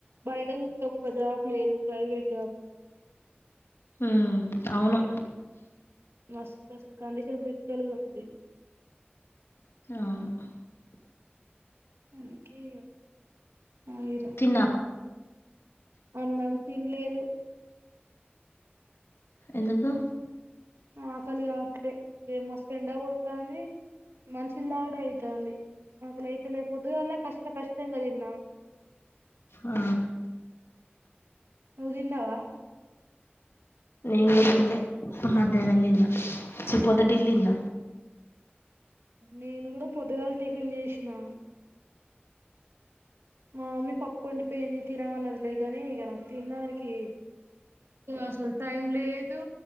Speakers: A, on the right; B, on the left.
A: బయట చూస్తే ఒక్క జాబ్ లేదు ప్రైవేట్ జాబ్స్
B: హ్ అవును
A: మస్తు అసలు కండిషన్ క్రిటికల్గున్నది
B: <unintelligible>
A: అందుకే ఆగిన
B: తిన్నా
A: అన్నం తినలేదు
B: ఎందుకు
A: ఆకలి కావట్లే ఏ మస్తు ఎండ కొడతాంది మంచి నీల్ తాగుడె అయితాంది ఆకలి అయితేలే పొద్దుగానే కష్ట కష్టంగా తిన్నా
B: ఆ
A: ను తిన్నావా
B: నేను కూడా తిన్లే మధ్యాహ్నం తిన్న చి పొద్దటిలి తిన్న
A: నేను కూడా పొదుగాల టిఫిన్ చేసినా మా మమ్మీ పప్పు వండిపోయింది తినమన్నదిలే గాని ఇక నాకు తినడానికి అసలు టైం లేదు